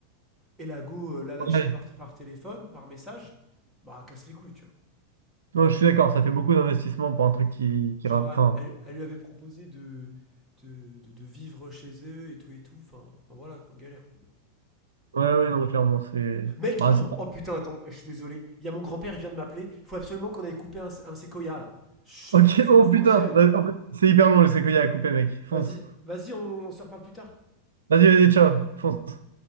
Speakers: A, in the centre; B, on the right.
A: Et la go euh, l'a lâchée
B: Ouais.
A: par, par téléphone, par message. Bah, casse les couilles, tu vois.
B: Non, je suis d'accord, ça fait beaucoup d'investissement pour un truc qui, qui
A: Genre,
B: rappe. enfin,
A: elle, elle lui avait proposé de, de, de- de vivre chez eux et tout et tout. Enfin, enfin voilà, quoi, galère.
B: Ouais, ouais, non, clairement, c'est.
A: Mec,
B: Bah,
A: oh,
B: c'est pas.
A: oh,
B: <laughs>
A: putain, attends, je suis désolé. Il y a mon grand-père, il vient de m'appeler. Faut absolument qu'on aille couper un, sé- un séquoia là. Chut,
B: Ok,
A: Faut,
B: oh
A: que- faut
B: putain,
A: que j'y aille.
B: vas- en plus, c'est hyper long, je sais qu'il y a à couper, mec. Fonce.
A: Vas-y, Vas-y, on, on se reparle plus tard.
B: Vas-y, vas-y, ciao, fonce.